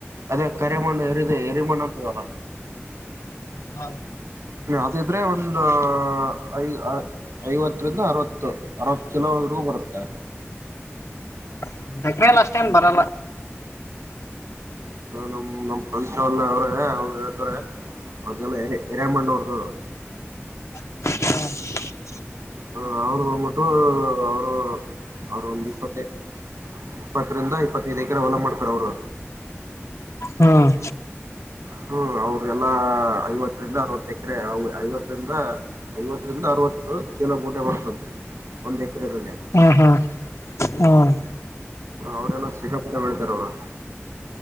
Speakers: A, on the right (about 80°); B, on the left (about 85°).
A: ಅದೇ ಕರೆಮಣ್ಣು ಎರಿದೆ ಎರಿಮಣ್ಣು ಅಂತಿವಲ್ಲ.
B: ಹೌದು
A: ಅ ಅದಿದ್ರೆ ಒಂದು ಐದ್ ಅ ಐವತ್ತರಿಂದ ಅರವತ್ತು ಅರವತ್ ಕಿಲೋವರೆಗೂ ಬರುತ್ತೆ.
B: <unintelligible> ಏನ್ ಅಷ್ಟೇನ್ ಬರಲ್ಲ.
A: ನಮ್ ನಮ್ಮ್ <unintelligible> ಅವ್ರೆ ಅವ್ರು ಹೇಳ್ತಾರೆ. ಅದೆಲ್ಲ ಏರಿ ಕೆರೆಮಣ್ಣ್ ಹೊಡ್ದೊ
B: ಹ್ಮ
A: ಹ ಅವರು ಬಂದ್ಬಿಟ್ಟು ಅವರು ಅವರು ಒಂದ್ ಇಪ್ಪತ್ತೇ ಇಪ್ಪತ್ತರಿಂದ ಇಪ್ಪತ್ತೈದು ಎಕರೆ ಹೊಲ ಮಾಡ್ತಾರ ಅವ್ರು.
B: ಹ್ಮ್
A: ಹ್ಮ್ ಅವ್ರ್ ಎಲ್ಲಾ ಐವತ್ತರಿಂದ ಅರವತ್ ಎಕರೆ ಐವತ್ತರಿಂದ ಐವತ್ತರಿಂದ ಅರವತ್ತು ಚಲೋ ಗೂಟೆ ಬರುತಂತೆ ಒಂದ್ ಎಕರೆದಲ್ಲಿ.
B: ಹಾ ಹ್ಮ
A: ಅವ್ರೇನೋ ಸಿಕ್ಕಾಪಟ್ಟೆ ಬೆಳಿತಾರ ಅವ್ರ್.